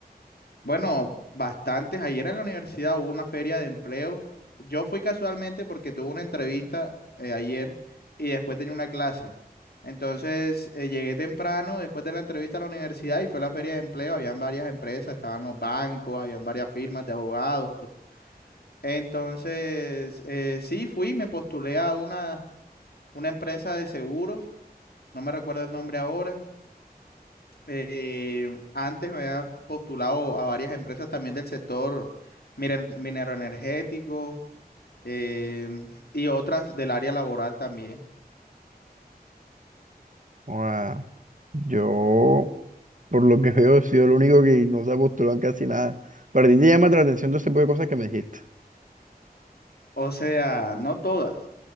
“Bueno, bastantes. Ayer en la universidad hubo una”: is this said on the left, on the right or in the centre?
Left